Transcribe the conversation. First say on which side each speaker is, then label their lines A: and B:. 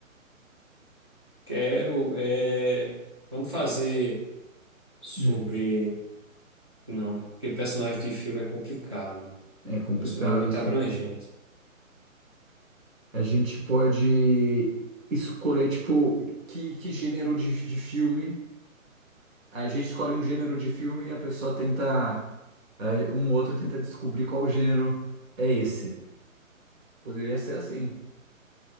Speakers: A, on the right; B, on the right.
A: Quero. é, Vamos fazer sobre.
B: Hum,
A: Não, é porque personagem de filme é complicado.
B: é complicado
A: Personagem é muito
B: isso.
A: abrangente.
B: A gente pode escolher, tipo, que, que gênero de, de filme. A gente escolhe um gênero de filme e a pessoa tenta. aí Um outro tenta descobrir qual gênero é esse. Poderia ser assim